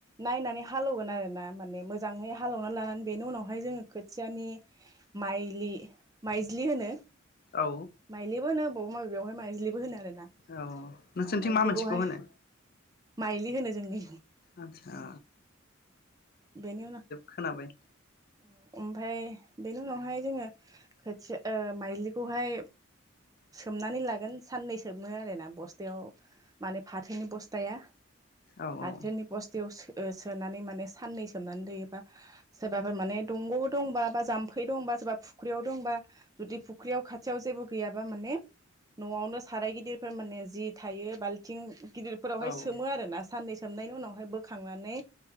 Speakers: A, on the right; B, on the left.
A: नायनानै हालेवगोन आरो ना माने मोजांहै हालेवनानै लानानै बेनि उनावहाय जोङो खोथियानि माइलि माइज्लि होनो।
B: औ
A: माइलिबो होनो। <unintelligible> माबे बेयावहाय माइाज्लिबो होनो आरो ना।
B: औ नोंसोरनिथिं
A: ओ माइज्लिखौहाय
B: मा मोनसेखौ होनो
A: माइलि होनो। जोंनि
B: आतसा।
A: बेनि उनाव
B: खोनाबाय
A: औ अमफाय बेनि उनावहाय जोङो खोथियो ओ माइलिखौहाय सोमनानै लागोन साननै सोमो आरो ना बस्थायाव माने फाथोनि बस्थाया
B: औ
A: फाथोनि
B: औ
A: बस्थायाव सो <unintelligible> सोनानै माने साननै सोमनानै दयोबा सोरबाफोर माने दंग दंबा बा जाम्फै दंबा सोरबा फुख्रियाव दंबा जुदि फुख्रियाव खाथियाव जेबो गैयाबा माने न'आवनो साराय गिदिरफोर माने जि थायो बाल्थिं गिदिरफोरावहाय
B: औ
A: सोमो आरो ना साननैस सोमनायनि उनावहाय बोखांनानै।